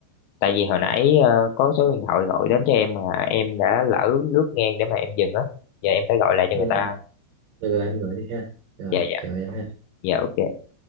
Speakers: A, on the left; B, on the right.
A: tại vì hồi nãy ờ, có số điện thoại gọi đến cho em mà em đã lỡ lướt ngang để mà em dừng á giờ em phải gọi lại cho
B: ừ,
A: người ta
B: ừ. được rồi em gọi đi ha rồi
A: dạ dạ
B: chào em ha
A: dạ ok